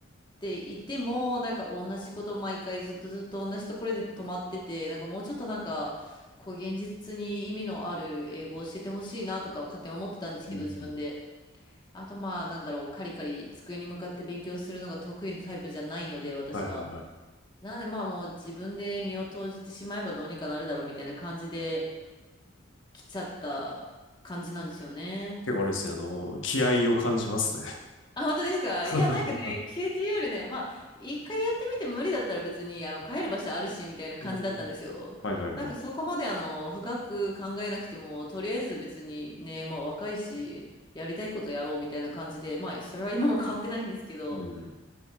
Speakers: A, on the left; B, on the left.
A: っていても、なんか同じこと毎回ずっとずっと同じところで止まってて、なんかもうちょっとなんか、こう現実に意味のある英語を教えてほしいなとかは勝手に思ってたんですけど、
B: んうんうん
A: 自分で。あとまあ、なんだろう、カリカリ机に向かって勉強するのが得意なタイプじゃないので、私は。
B: はいはいはい。
A: なのでまあもう自分で身を投じてしまえばどうにかなるだろうみたいな感じで来ちゃった感じなんですよね。
B: 結構あれですね、あの、気合を感じますね。
A: あ、本当ですかいや、
B: <laughs>
A: なんかね、消えていうよりね、まあ、一回やってみて無理だったら別に、あの、帰る場所あるし、みたいな感じだったんですよ。
B: うんはいはいはい。
A: なんかそこまで、あの、深く考えなくても、とりあえず別にね、まあ、若いし、やりたいことやろうみたいな感じで、まあ、それは今も変わってないんですけど。
B: うん。